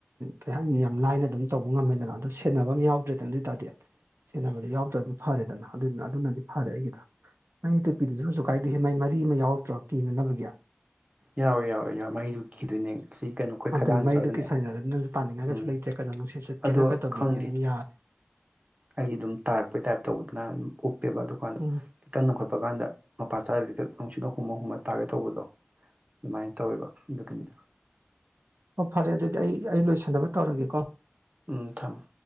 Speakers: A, on the right; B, on the right.
A: ꯀꯩ ꯍꯥꯏꯅꯤ ꯌꯥꯝ ꯂꯥꯏꯅ ꯑꯗꯨꯝ ꯇꯧꯕ ꯉꯝꯃꯦꯗꯅ ꯑꯗꯨ ꯁꯦꯠꯅꯕ ꯑꯃ ꯌꯥꯎꯗ꯭ꯔꯦꯗꯅ ꯑꯗꯨ ꯑꯣꯏꯇꯥꯔꯗꯤ ꯁꯦꯟꯅꯕꯗꯤ ꯌꯥꯎꯗ꯭ꯔꯗꯤ ꯐꯔꯦꯗꯅ ꯑꯗꯨ ꯑꯗꯨꯅꯗꯤ ꯐꯔꯦ ꯑꯩꯒꯤꯗꯣ꯫ ꯅꯪꯒꯤ ꯇꯨꯄꯤꯗꯨꯖꯨ ꯀꯩꯁꯨ ꯀꯥꯏꯗꯦ ꯃꯥꯏ ꯃꯔꯤ ꯑꯃ ꯌꯥꯎꯔꯛꯇ꯭ꯔꯣ ꯀꯤꯅꯅꯕꯒꯤ꯫
B: ꯌꯥꯎꯋꯦ ꯌꯥꯎꯋꯦ ꯌꯥ ꯃꯩꯔꯨꯈꯤꯗꯣꯏꯅꯦ ꯁꯤ ꯀꯩꯅꯣ ꯑꯩꯈꯣꯏ
A: ꯑꯗꯨꯅꯤ
B: ꯈꯗꯥꯡꯒꯤ
A: ꯃꯔꯤꯗꯨꯒꯤ
B: ꯁ꯭ꯋꯥꯏꯗꯅꯦ
A: ꯁꯥꯏꯅꯔꯒꯗꯤ ꯅꯪꯁꯨ ꯇꯥꯅꯤꯡꯉꯒ
B: ꯎꯝ
A: ꯀꯁꯨ ꯂꯩꯇ꯭ꯔ ꯀꯩꯅꯣ ꯅꯨꯡꯁꯤꯠꯔ
B: ꯑꯗꯣ
A: ꯀꯩ ꯇꯧꯒꯦꯒꯦ
B: ꯈꯪꯗꯦ
A: ꯑꯗꯨꯝ ꯌꯥꯔꯦ
B: ꯑꯩꯗꯤ ꯑꯗꯨꯝ ꯇꯥꯔꯛꯄꯩ ꯇꯥꯏꯞꯇ ꯇꯧꯕꯗꯨꯅ ꯑꯗꯨ ꯎꯞꯄꯦꯕ ꯑꯗꯨꯀꯥꯟꯗ
A: ꯎꯝ
B: ꯈꯤꯇꯪ ꯅꯅꯨꯡꯈꯠꯄ ꯀꯥꯟꯗ ꯃꯄꯥ ꯆꯆꯥꯗꯗꯤ ꯂꯤꯊ ꯅꯨꯡꯠ ꯍꯨꯝꯃ ꯍꯨꯝꯃ ꯇꯥꯔꯒꯦꯠ ꯇꯧꯕꯗꯣ ꯑꯗꯨꯃꯥꯏꯅ ꯇꯧꯋꯦꯕ ꯑꯗꯨꯒꯤꯅꯤꯗ
A: ꯑꯣ ꯐꯔꯦ ꯑꯗꯨꯗꯤ ꯑꯩ ꯑꯩ ꯂꯣꯏꯁꯟꯅꯕ ꯇꯧꯔꯒꯦꯀꯣ
B: ꯎꯝ ꯊꯝ